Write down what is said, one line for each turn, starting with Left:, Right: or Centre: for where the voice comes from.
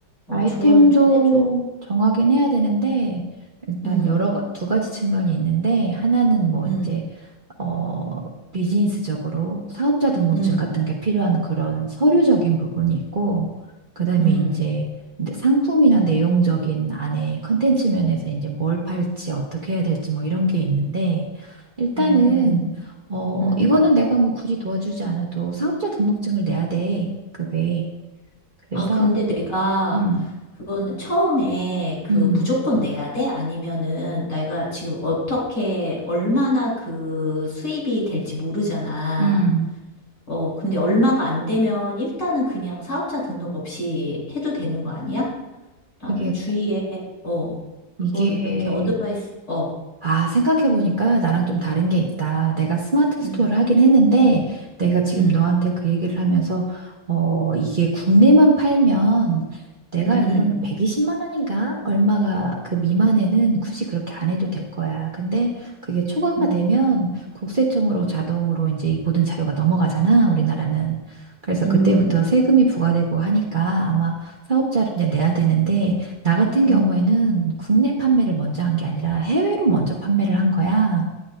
Left: 어,
Right: 아이템도
Left: 조언을 좀 해줘.
Right: 정하긴 해야 되는데 일단
Left: 음,
Right: 여러 가- 두 가지 측면이 있는데 하나는 뭐
Left: 음,
Right: 이제 어 비즈니스적으로 사업자 등록증
Left: 음,
Right: 같은 게 필요한 그런 서류적인 부분이 있고 그다음에
Left: 음,
Right: 이제 이제 상품이나 내용적인 안에 컨텐츠 면에서 이제 뭘 팔지 어떻게 해야 될지 뭐 이런 게 있는데 일단은
Left: 음, 음.
Right: 어
Left: 음.
Right: 이거는 내가 뭐 굳이 도와주지 않아도 사업자 등록증을 내야 돼. 그게 그래서
Left: 아, 근데 내가
Right: 음.
Left: 그거는 처음에 그
Right: 음.
Left: 무조건 내야 돼? 아니면은 내가 지금 어떻게 얼마나 그 수입이 될지 모르잖아.
Right: 음,
Left: 어, 근데 얼마가 안 되면 일단은 그냥 사업자 등록 없이 해도 되는 거 아니야? 나는
Right: 그게,
Left: 주위에 어, 그거를
Right: 이게,
Left: 이렇게 어드바이스 어.
Right: 아, 생각해보니까 나랑 좀 다른 게 있다. 내가 스마트 스토어를
Left: 음.
Right: 하긴 했는데, 내가 지금
Left: 음.
Right: 너한테 그 얘기를 하면서, 어, 이게 국내만 팔면, 내가
Left: 음.
Right: 알기로는
Left: 음.
Right: 120만 원인가? 얼마가 그 미만에는 굳이 그렇게 안 해도 될 거야. 근데 그게 초과가
Left: 음.
Right: 되면 국세청으로 자동으로 이제 이 모든 자료가 넘어가잖아, 우리나라는. 그래서
Left: 음.
Right: 그때부터
Left: 음.
Right: 세금이 부과되고 하니까 아마 사업자를 이제 내야 되는데, 나 같은
Left: 음.
Right: 경우에는 국내 판매를 먼저 한 게 아니라 해외로 먼저 판매를 한 거야.